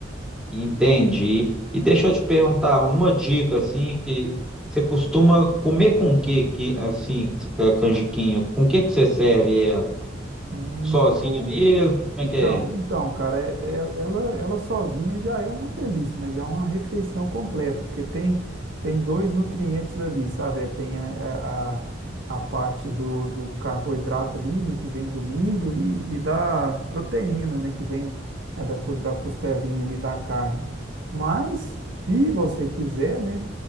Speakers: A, in the centre; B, on the right.
A: Entendi. E deixa eu te perguntar uma dica assim que você costuma comer com o que que assim eh, canjiquinho? Com o que que você serve ela?
B: Hum,
A: Sozinha
B: boa.
A: mesmo? Como
B: Então,
A: é que é?
B: então, cara, é- é- ela, ela sozinha já é uma delícia, né? Já é uma refeição completa, porque tem, tem dois nutrientes ali, sabe? É, Tem a, é, a, a parte do, do carboidrato ali, né? Que vem do milho e, e da proteína, né? Que vem é, da, cos- da costelinha ali da carne. Mas, se você quiser, né?